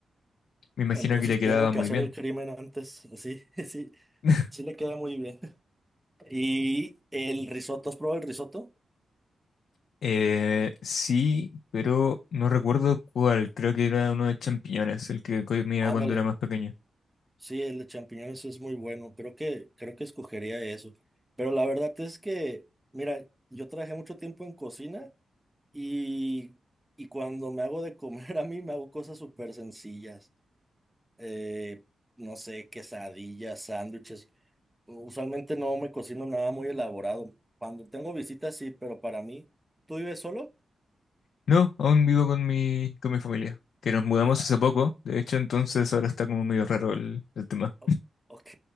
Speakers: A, on the left; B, in the centre.
A: Me imagino
B: Entonces
A: que le quedaba
B: tengo que
A: muy
B: hacer
A: bien.
B: el crimen antes. Sí, <laughs> sí,
A: <laughs>
B: sí le queda muy bien. <laughs> Y el risotto, ¿has probado el risotto?
A: Eh, sí, pero no recuerdo cuál. Creo que era uno de champiñones, el que comía
B: Ándale.
A: cuando era más pequeño.
B: Sí, el de champiñones es muy bueno. Creo que, creo que escogería eso. Pero la verdad es que, mira, yo trabajé mucho tiempo en cocina Y, y cuando me hago de comer a mí, me hago cosas súper sencillas. Eh, no sé, quesadillas, sándwiches. Usualmente no me cocino nada muy elaborado. Cuando tengo visitas, sí, pero para mí, ¿tú vives solo?
A: No, aún vivo con mi, con mi familia, que nos mudamos
B: Ah,
A: hace poco. De hecho, entonces ahora está como medio raro el, el tema.
B: o- ok,